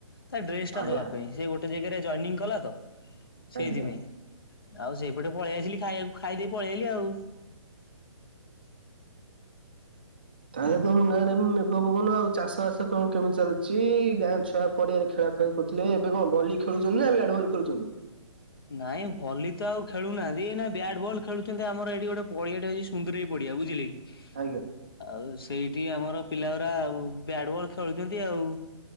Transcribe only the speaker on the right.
ଆଜ୍ଞା
ଆଜ୍ଞା
ତାହଲେ ତମ ଗାଁ ଆ ପବନ ଆଉ ଚାଷ ବାସ କ କେମିତି ଚାଲିଛି ଗାଁ ଛୁଆ ପଡିଆରେ ଖେଳା ଖେଳି କରୁ ଥିଲେ ଏବେ କଣ ଭଲି ଖେଳୁଛନ୍ତି ନା ବ୍ୟାଟବଲ ଖେଳୁଛନ୍ତି।
ଆଜ୍ଞା।